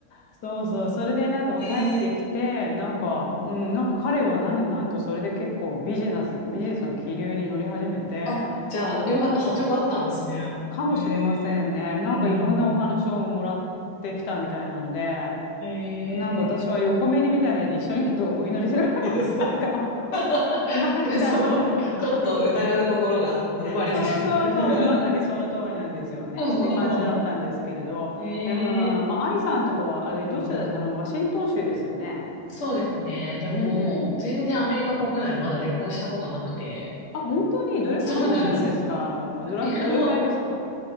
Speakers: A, on the left (about 65°); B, on the left (about 80°).
A: そうそう、それでなんかまあ帰ってきて、
B: ええ
A: なんか、
B: う
A: うん、なんか彼は何、なんとそれで結構ビジネス、ビジネスの気流に乗り始めて、
B: あ、じゃあ、よかった。波長があったんですね。
A: かもしれませんね。
B: ええうん。
A: なんかいろんなお話をもらってきたみたいなので、
B: ええ
A: なんか私は横目にみたいなので一緒にいるとお祈りすればよかったとか思って
B: <laughs> <laughs>
A: <laughs> しまったみたいな。
B: その、ちょっと疑う心が生まれてしまった。
A: そうそうそうそう、まさにその通りなんですよねっていう感じだったんですけれど、
B: <laughs> ええ
A: うーん、まあ、愛さんとかは、
B: いいな。
A: あれ、どちら、あの、ワシントン州ですよね。
B: そうですね。でも、
A: うんうん。
B: 全然アメリカ国内まだ旅行したことなくて。
A: あ、本当に、どれくらいいらっしゃるんですかあの、
B: そうなんですよ。
A: どら、
B: え、
A: どれくらいですか
B: もう